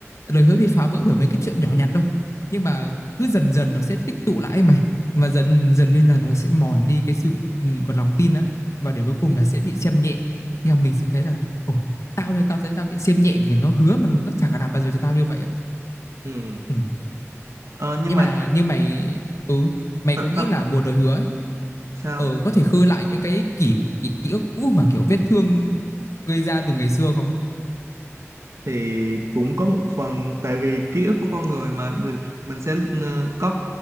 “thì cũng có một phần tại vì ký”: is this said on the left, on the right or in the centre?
Right